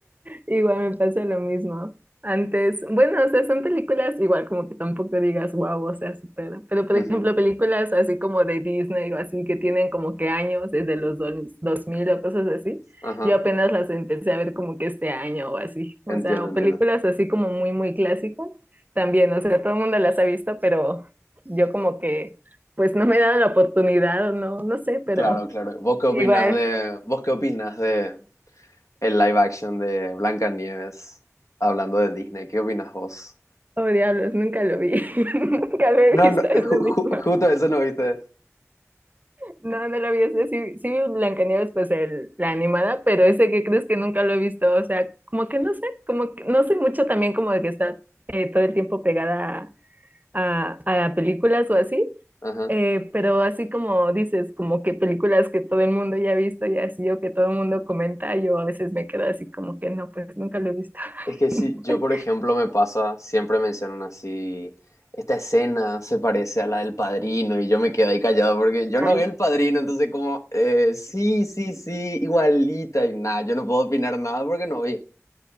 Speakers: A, on the right; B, on the left.
A: Igual me pasa lo mismo. Antes, bueno, o sea, son películas igual como que tampoco digas wow, o sea, supera. Pero por
B: Ujú,
A: ejemplo, películas así como de Disney o así que tienen como que años desde los dos- 2000 o cosas así.
B: Ajá,
A: Yo apenas las empecé a ver como que este año o así. O
B: entiendo,
A: sea, o
B: entiendo.
A: películas así como muy, muy clásicas también. O sea, todo el mundo las ha visto, pero yo como que pues no me he dado la oportunidad o no, no sé, pero
B: Claro, claro. ¿Vos qué opinas
A: igual
B: de, vos qué opinas de el live action de Blancanieves hablando de Disney? ¿Qué opinas vos?
A: Oh, diablos, nunca lo vi. <laughs> Nunca lo he visto,
B: No, no,
A: es lo
B: ju-
A: mismo.
B: ju- justo eso no viste.
A: No, no lo vi. ese sí, sí vi Blancanieves, pues el, la animada, pero ese que crees que nunca lo he visto. O sea, como que no sé, como que no sé mucho también como de que está eh, todo el tiempo pegada a, a, a películas o así.
B: Ajá.
A: eh, pero así como dices, como que películas que todo el mundo ya ha visto y así o que todo el mundo comenta, yo a veces me quedo así como que no, pues nunca lo he visto.
B: Es que
A: <laughs>
B: si yo, por ejemplo, me pasa, siempre mencionan así, esta escena se parece a la del Padrino y yo me quedo ahí callado porque yo
A: Ay.
B: no vi el Padrino, entonces como, eh, sí, sí, sí, igualita y nada, yo no puedo opinar nada porque no vi.